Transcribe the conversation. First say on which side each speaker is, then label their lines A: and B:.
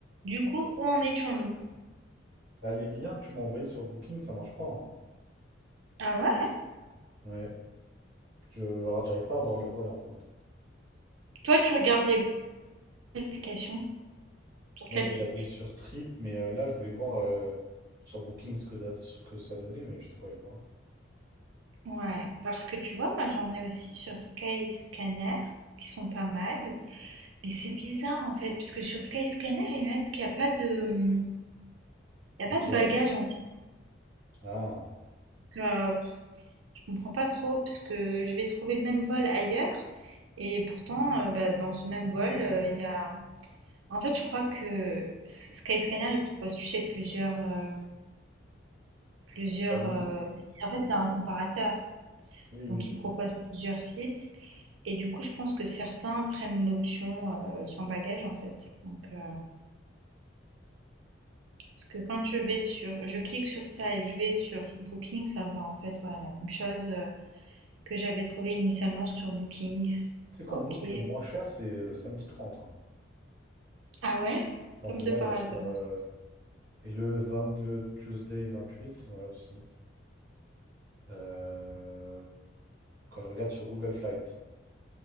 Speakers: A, on the right; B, on the right.
A: Du coup, où en étions-nous?
B: Bah, les liens que tu m'as envoyés sur Booking, ça marche pas. hein.
A: Ah ouais?
B: Ouais, je enfin, j'arrive pas à voir le vol en fait.
A: Toi, tu regardes les vérifications sur
B: Moi,
A: quel
B: je regardais
A: site?
B: sur Trip, mais euh, là, je voulais voir euh, sur Booking ce que, da- ce que ça donnait, mais je trouvais pas.
A: Ouais, parce que tu vois, moi j'en ai aussi sur Skyscanner, qui sont pas mal, mais c'est bizarre en fait, puisque sur Skyscanner, ils mettent qu'il n'y a pas de, il y a
B: De
A: pas
B: direct?
A: de bagages en tout
B: Ah,
A: cas. Je comprends pas trop, parce que je vais trouver le même vol ailleurs, et pourtant, euh, bah, dans ce même vol, euh, il y a... En fait, je crois que S- Skyscanner, il propose, tu sais, plusieurs... euh, Plusieurs,
B: compagnie.
A: heu, si en fait, c'est un comparateur,
B: Oui, oui.
A: donc il propose plusieurs sites et du coup, je pense que certains prennent l'option, heu, sans bagage, en fait, donc heu, parce que quand je vais sur je clique sur ça et que je vais sur Booking, ça va, en fait, ouais, la même chose, heu, que j'avais trouvé initialement sur Booking.
B: Tu sais qu'en
A: OK.
B: août, le moins cher, c'est le samedi 30. hein.
A: Ah ouais?
B: Quand
A: Comme
B: je regarde
A: de par
B: là
A: hasard.
B: sur. euh, Et le 20, le Tuesday 28, ouais aussi. Euh, Quand je regarde sur Google Flight.